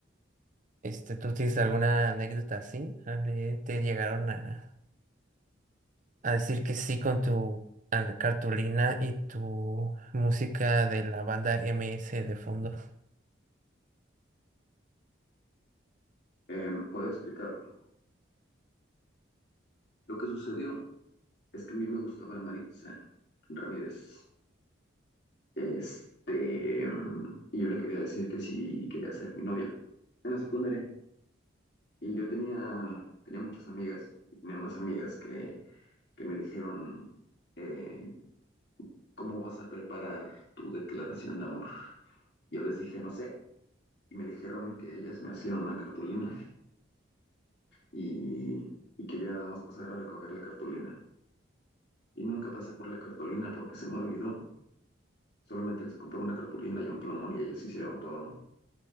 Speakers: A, on the right; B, on the left.
A: Este, ¿tú tienes alguna anécdota así? Ale, ¿Te llegaron a, a decir que sí con tu al- cartulina y tu música de la banda M S de fondo?
B: Em, puedo explicarlo. Lo que sucedió. Es que a mí me gustaba la Maritza Ramírez. Este, mm, y yo le quería decir que sí quería ser mi novia en la secundaria. Y yo tenía, tenía muchas amigas, y tenía unas amigas que, que me dijeron, eh, ¿cómo vas a preparar tu declaración de amor? Yo les dije, no sé, y me dijeron que ellas me hacían una cartulina y, y que yo nada más pasara a recoger la cartulina. Y nunca pasé por la cartulina porque se me olvidó Solamente les compré una cartulina y un plumón y ellas hicieron todo.